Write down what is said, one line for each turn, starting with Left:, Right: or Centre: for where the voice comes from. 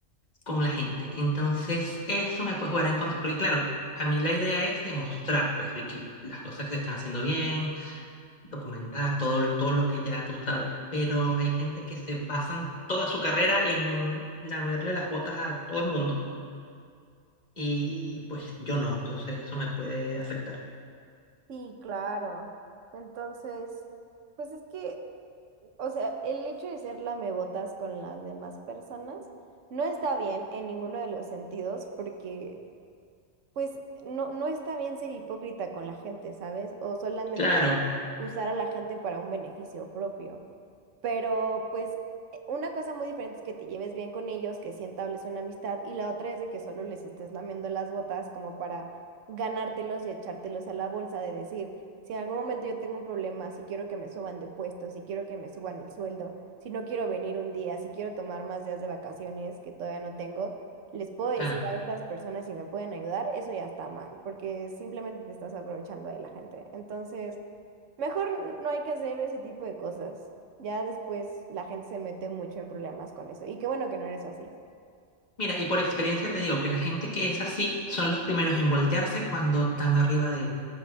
Left: con la gente. Entonces, eso me puede jugar en contra, porque claro, a mí la idea es demostrar, pues, de que las cosas que se están haciendo bien, documentar todo, el- todo lo que ya tú sabes, pero hay gente que se basan toda su carrera en lamerle las botas a todo el mundo Y pues yo no, entonces eso me puede afectar.
Right: Sí, claro. Entonces, pues es que, o sea, el hecho de ser lamebotas con las demás personas no está bien en ninguno de los sentidos porque, pues, no, no está bien ser hipócrita con la gente, ¿sabes? O solamente
Left: Claro,
Right: usar a la gente para un beneficio propio. Pero pues eh, una cosa muy diferente es que te lleves bien con ellos, que sí entables una amistad, y la otra es de que solo les estés lamiendo las botas como para ganártelos y echártelos a la bolsa de decir, si en algún momento yo tengo un problema, si quiero que me suban de puesto, si quiero que me suban el sueldo, si no quiero venir un día, si quiero tomar más días de vacaciones que todavía no tengo, les puedo decir
Left: claro.
Right: a estas personas si me pueden ayudar, eso ya está mal, porque simplemente te estás aprovechando de la gente. Entonces... Mejor no hay que hacer ese tipo de cosas. Ya después la gente se mete mucho en problemas con eso. Y qué bueno que no eres así.
Left: Mira, y por experiencia te digo que la gente que es así son los primeros en voltearse cuando están arriba de uno,